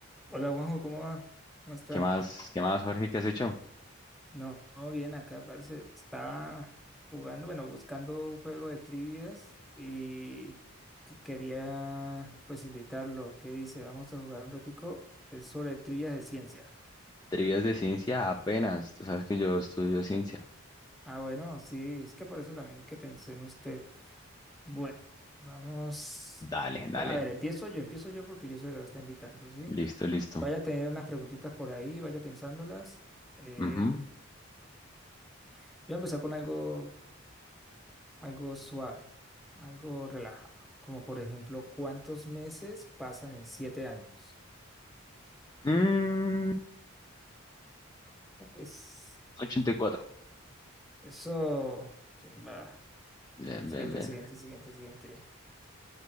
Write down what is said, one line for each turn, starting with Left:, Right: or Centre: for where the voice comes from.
Centre: Hola Juanjo, ¿cómo va? ¿Cómo está?
Left: ¿Qué más, qué más, Jorge? ¿Qué has hecho?
Centre: No, no, bien, acá parece, estaba jugando, bueno, buscando un juego de trivias y qu- quería pues invitarlo. ¿Qué dice? Vamos a jugar un ratico. Es sobre trivias de ciencia.
Left: Trivias de ciencia apenas. Tú sabes que yo estudio ciencia.
Centre: Ah, bueno, sí, es que por eso también es que pensé en usted. Bueno, vamos.
Left: Dale, dale.
Centre: A ver, empiezo yo, empiezo yo porque yo soy el que lo está invitando, ¿sí?
Left: Listo, listo.
Centre: Vaya teniendo unas preguntitas por ahí, vaya pensándolas. Eh,
Left: Ujú.
Centre: yo voy a empezar con algo. algo suave, algo relajado, como por ejemplo, ¿cuántos meses pasan en siete años?
Left: Mm,
Centre: Es
Left: 84.
Centre: eso, chimba.
Left: Bien,
Centre: Siguiente,
Left: bien, bien.
Centre: siguiente, siguiente, siguiente.